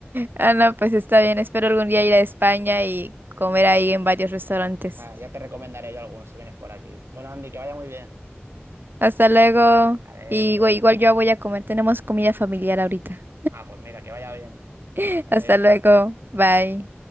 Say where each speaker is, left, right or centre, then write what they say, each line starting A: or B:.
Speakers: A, on the right; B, on the right.
A: Ah, no, pues está bien. Espero algún día ir a España y comer ahí en varios restaurantes.
B: Ah, ya te recomendaré yo algunos si vienes por aquí. Bueno, Andy, que vaya muy bien.
A: Hasta luego.
B: Adeu,
A: Y
B: adeu.
A: güey, igual yo voy a comer. Tenemos comida familiar ahorita.
B: Ah, pues mira, que vaya bien.
A: <laughs>
B: Adeu.
A: Hasta luego. Bye.